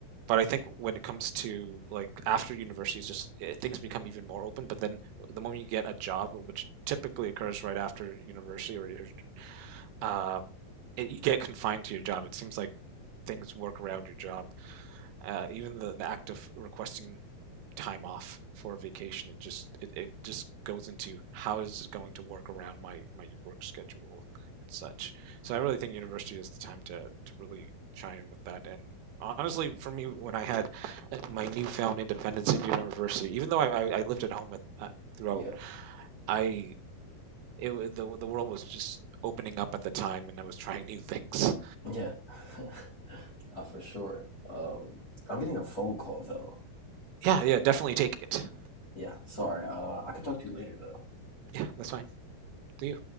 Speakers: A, on the right; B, on the left.
A: but I think when it comes to like after university, it's just eh, things become even more open. But then the moment you get a job, which typically occurs right after university, or your, um, it, you get confined to your job. It seems like things work around your job. Uh, even the, the act of requesting time off for vacation, it just it, it just goes into how is it going to work around my my work schedule and such. So I really think university is the time to to really shine with that. And honestly, for me, when I had uh, my newfound independence in university, even though I I, I lived at home with, uh, throughout,
B: Yeah.
A: I it the the world was just opening up at the time, and I was trying new things.
B: Yeah. <laughs> Uh, for sure. Um, I'm getting a phone call though.
A: Yeah, yeah, definitely take it.
B: Yeah, sorry. Uh, I could talk to you later though.
A: Yeah, that's fine. Do you?